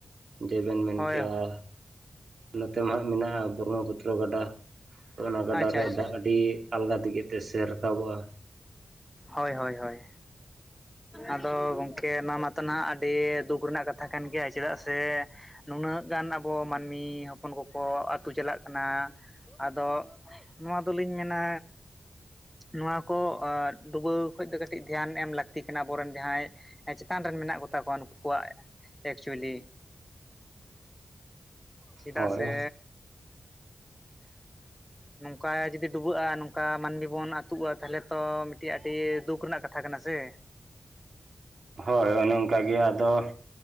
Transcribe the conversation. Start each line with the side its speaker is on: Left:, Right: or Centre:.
Right: ᱡᱮᱵᱮᱱ ᱢᱮᱱᱠᱮᱜ-ᱟ
Centre: ᱦᱳᱭ
Right: ᱱᱚᱛᱮ ᱢᱟ ᱦᱟᱸᱜ ᱢᱮᱱᱟᱜ-ᱟ ᱵᱨᱢᱚ ᱯᱩᱛ ᱛᱨᱚ ᱜᱟᱰᱟ ᱛᱚ ᱚᱱᱟ ᱜᱟᱰᱟ
Centre: ᱟᱪᱪᱷᱟ
Right: ᱨᱮᱭᱟᱜ
Centre: ᱟᱪᱪᱷᱟ
Right: ᱫᱟᱜ ᱟᱹᱰᱤ ᱟᱞᱜᱟ ᱛᱮᱜᱮ ᱛᱮ ᱥᱮ ᱨᱟᱠᱟᱵᱚᱜ-ᱟ ᱾
Centre: ᱦᱳᱭ ᱦᱳᱭ ᱦᱳᱭ᱾ ᱟᱫᱚ ᱜᱚᱝᱠᱮ ᱚᱱᱟ ᱢᱟᱛᱚ ᱱᱷᱟᱜ ᱟᱰᱤ ᱫᱩᱠ ᱨᱮᱱᱟᱜ ᱠᱟᱛᱷᱟ ᱠᱟᱱ ᱜᱮᱭᱟ ᱪᱮᱫᱟᱜ ᱥᱮ᱾ ᱱᱩᱱᱟᱹᱜ ᱜᱟᱱ ᱟᱵᱚ ᱢᱟᱱᱢᱤ ᱦᱚᱯᱚᱱ ᱠᱚᱠᱚ ᱟᱛᱩ ᱪᱟᱞᱟᱜ ᱠᱟᱱᱟ ᱟᱫᱚ᱾ ᱱᱚᱣᱟ ᱫᱚᱞᱤᱧ ᱢᱮᱱᱟ᱾ ᱱᱚᱣᱟ ᱠᱚ ᱟᱸ ᱰᱩᱵᱟᱹᱣ ᱠᱷᱚᱡ ᱫᱚ ᱠᱟᱴᱤᱜ ᱫᱷᱮᱭᱟᱱ ᱮᱢ ᱞᱟᱠ ᱛᱤ ᱠᱟᱱᱟ ᱟᱵᱚᱨᱮᱱ ᱡᱟᱸᱦᱟᱭ ᱮᱸ ᱪᱮᱛᱟᱱ ᱨᱮᱱ ᱢᱮᱱᱟᱜ ᱠᱚᱛᱟ ᱠᱚᱣᱟ ᱱᱩᱠᱩ ᱠᱚᱣᱟᱜ ᱮᱠᱪᱩᱭᱮᱞᱤ᱾ ᱪᱮᱫᱟᱜ
Right: ᱦᱳᱭ
Centre: ᱥᱮ᱾
Right: <inaudible>
Centre: ᱱᱚᱝᱠᱟᱭᱟᱭ ᱡᱩᱫᱤ ᱰᱩᱵᱟᱹᱜ-ᱟ ᱱᱚᱝᱠᱟ ᱢᱟᱱᱢᱤ ᱵᱚᱱ ᱟᱛᱩᱜ-ᱟ ᱛᱟᱦᱞᱮ ᱛᱚ ᱢᱤᱴᱤᱜ ᱟᱰᱤ ᱫᱩᱠ ᱨᱮᱱᱟᱜ ᱠᱟᱛᱷᱟ ᱠᱟᱱᱟ ᱥᱮ᱾
Right: ᱦᱚᱭ ᱚᱱᱮ ᱚᱝᱠᱟ ᱜᱤ ᱟᱫᱚ᱾